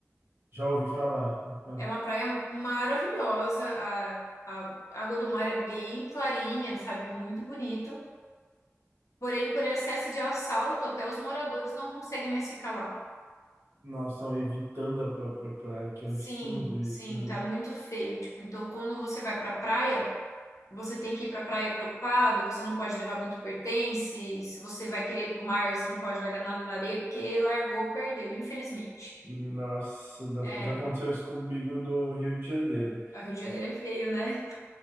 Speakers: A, on the right (about 50°); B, on the left (about 80°).
A: Já ouvi falar. Já ouvi falar.
B: É uma praia maravilhosa. A, a água do mar é bem clarinha, sabe? Muito bonito. Porém, por excesso de assalto, até os moradores não conseguem mais ficar lá.
A: Nossa, estão evitando a própria praia. Que
B: Sim,
A: absurdo isso,
B: sim,
A: né?
B: tá muito feio. Tipo, então quando você vai pra praia, você tem que ir pra praia preocupado, você não pode levar muito pertence. Se você vai querer ir pro mar, você não pode largar nada na areia, porque largou, perdeu, infelizmente.
A: Nossa, nossa,
B: É,
A: já aconteceu isso comigo no Rio de Janeiro.
B: O Rio de Janeiro é feio, né?